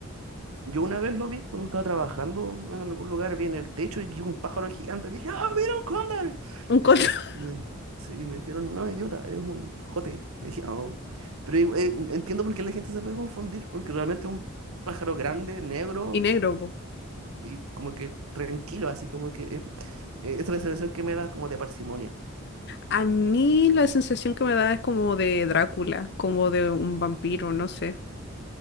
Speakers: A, on the right; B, on the left.
A: Yo una vez lo vi cuando estaba trabajando en algún lugar, vi en el techo y vi un pájaro gigante. Dije, ¡ah, mira un cóndor!
B: un color <laughs>
A: Y me, di- sí, y me dijeron, no, idiota, es un jote. Y dije, "Ah, oh". Pero eh, entiendo por qué la gente se puede confundir, porque realmente un pájaro grande, negro.
B: y negro, pues.
A: y como que tranquilo, así como que eh, eh, esa es la sensación que me da como de parsimonia.
B: A mí la sensación que me da es como de Drácula, como de un vampiro, no sé.